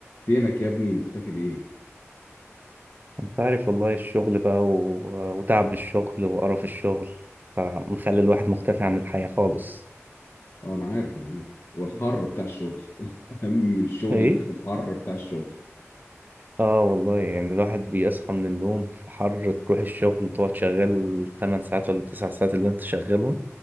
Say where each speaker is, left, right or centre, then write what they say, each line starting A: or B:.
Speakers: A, on the left (about 55°); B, on the right (about 40°).
A: فينك يا ابني مختفي ليه؟
B: انت عارف والله الشغل بقى و... وتعب الشغل وقرف الشغل فمخلي الواحد مختفي عن الحياة خالص
A: اه انا عارف انا عارف والحر بتاع الشغل <laughs> اهم من الشغل
B: ايه
A: إن إحنا الحر بتاع الشغل
B: اه والله يعني الواحد بيصحى من النوم في حر تروح الشغل تقعد شغال 8 ساعات ولا 9 ساعات اللي انت شغالهم